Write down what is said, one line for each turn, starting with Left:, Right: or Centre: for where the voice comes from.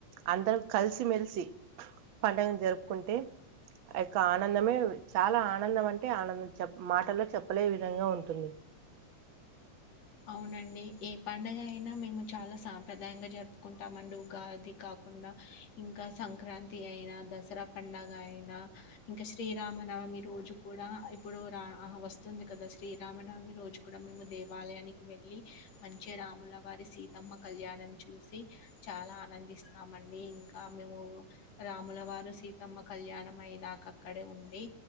Right: అందరం కలిసిమెలిసి పండగ జరుపుకుంటే యొక్క ఆనందమే చాలా ఆనందం అంటే ఆనందం చె మాటల్లో చెప్పలే విధంగా ఉంటుంది.
Left: అవునండి. ఏ పండుగ అయినా మేము చాలా సాంప్రదాయంగా జరుపుకుంటామండి ఉగాది కాకుండా ఇంకా సంక్రాంతి అయినా దసరా పండగ అయినా ఇంకా శ్రీరామనవమి రోజు కూడా ఇప్పుడు రా వస్తుంది కదా శ్రీరామనవమి రోజు కూడా మేము దేవాలయానికి వెళ్ళి మంచిగా రాముల వారి సీతమ్మ కళ్యాణం చూసి చాలా ఆనందిస్తము అమ అండి ఇంకా మేము రాముల వారు సీతమ్మ కళ్యాణం అయ్యేదాకా అక్కడే ఉండి